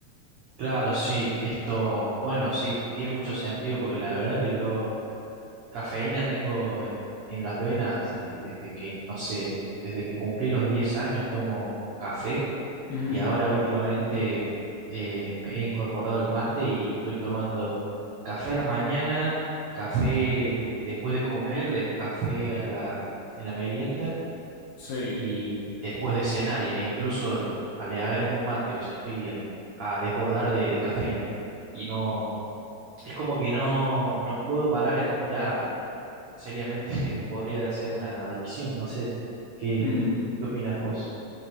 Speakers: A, on the right (about 85°); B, on the left (about 75°).
A: claro, sí, esto, bueno, sí, tiene mucho sentido porque la verdad que yo cafeína tengo en, en las venas eh, desde que, no sé, desde que cumplí los 10 años tomo café
B: Ujú,
A: Y ahora últimamente eh, me he incorporado el mate y estoy tomando café a la mañana, café después de comer, de café a la, en la merienda
B: Sí.
A: y después de cenar. E incluso a- le agrego un mate, o sea, estoy a, a desbordar de, de cafeína. Y no, es como que no, no puedo parar, es como ya seriamente <laughs> podría ser una adicción, no sé, ¿qué,
B: Mm.
A: qué opinas vos?